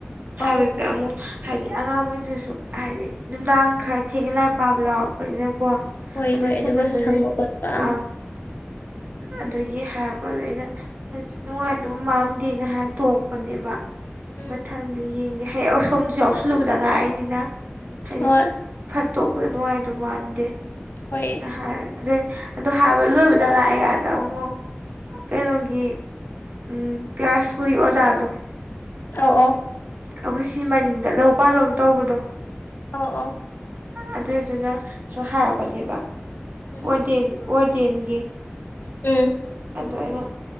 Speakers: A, on the right (about 50°); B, on the left (about 60°).
A: ꯍꯥꯏꯕꯗꯨꯗ
B: ꯑꯧ
A: ꯑꯃꯨꯛ ꯍꯥꯏꯗꯤ ꯑꯉꯥꯡꯃꯩꯗꯨꯁꯨ ꯍꯥꯏꯗꯤ ꯅꯨꯡꯗꯥꯡ ꯈꯔ ꯊꯦꯡꯅ ꯂꯥꯏꯛ ꯄꯥꯕ ꯌꯥꯎꯔꯛꯄꯅꯤꯅꯀꯣ
B: ꯍꯣꯏ
A: ꯑꯗꯨ
B: ꯍꯣꯏ
A: ꯁꯦꯟꯕꯗꯤ
B: ꯑꯗꯨꯒꯁꯨ ꯁꯪꯕ ꯈꯣꯠꯄ ꯑꯪ
A: ꯑ ꯑꯗꯨꯒꯤ ꯍꯥꯏꯔꯛꯄ ꯗꯣ ꯑꯩꯅ ꯅꯨꯡꯉꯥꯏꯗꯨ ꯃꯥꯟꯗꯦꯅ ꯍꯥꯏꯔ ꯇꯣꯛꯄꯅꯦꯕ
B: ꯎꯝ
A: ꯃꯊꯪꯗꯤ ꯌꯦꯡꯒꯦ ꯍꯌꯦꯡ ꯑꯁꯣꯝꯁꯨ ꯌꯥꯎꯁꯜꯂꯨꯕꯗ ꯉꯥꯏꯔꯤꯅꯤꯅ ꯍꯥꯏꯗꯤ
B: ꯍꯣꯏ
A: ꯐꯠ ꯇꯣꯛꯄꯗꯨ ꯅꯨꯡꯉꯥꯏꯗꯧ ꯃꯥꯟꯗꯦ
B: ꯍꯣꯏ
A: ꯍꯥꯏ ꯑꯗꯩ ꯑꯗꯨ ꯍꯥꯏꯕ ꯂꯣꯏꯕꯗ ꯉꯥꯏ ꯀꯥꯟꯗ ꯑꯃꯨꯛ ꯀꯩꯅꯣꯒꯤ ꯎꯝ ꯄ꯭ꯌꯥꯔꯁ ꯁ꯭ꯀꯨꯜꯒꯤ ꯑꯣꯖꯥꯗꯣ
B: ꯑꯧ ꯑꯧ
A: ꯑꯈꯣꯏ ꯁꯤ ꯃꯅꯤꯡꯗ ꯂꯧ ꯄꯥꯜꯂꯣꯝ ꯇꯧꯕꯗꯣ
B: ꯑꯧ ꯑꯧ
A: ꯑꯗꯨꯗꯨꯅꯁꯨ ꯍꯥꯏꯔꯛꯄꯅꯦꯕ
B: ꯎꯝ
A: ꯋꯥꯔꯗꯦꯟ ꯋꯥꯔꯗꯦꯟꯒꯤ
B: ꯎꯝ
A: ꯑꯗꯣ ꯑꯩꯅ